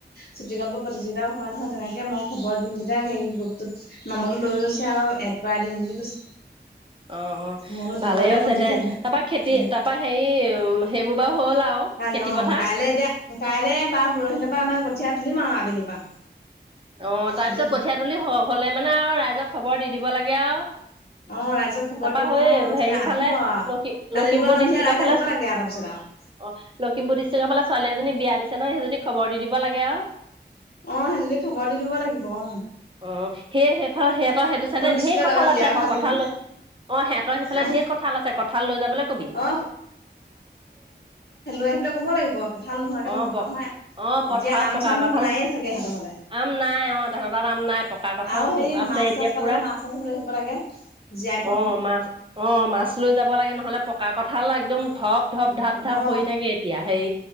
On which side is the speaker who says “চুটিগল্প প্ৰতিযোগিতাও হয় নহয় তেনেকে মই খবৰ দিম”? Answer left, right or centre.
Left